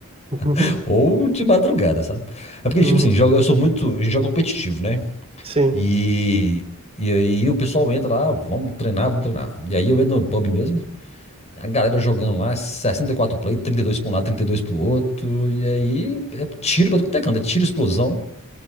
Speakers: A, on the right; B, on the left.
A: <laughs>
B: <laughs> Ou de madrugada, sabe? É porque,
A: Uhum.
B: tipo assim, jogo, eu sou muito. A gente joga competitivo, né?
A: Sim.
B: E. E aí o pessoal entra lá, "Ah, vamos treinar, vamos treinar. E aí eu entro no pub mesmo, A galera jogando lá, 64 play, 32 pra um lado, 32 pro outro. E aí, é tiro pra tudo tecando é tiro, explosão.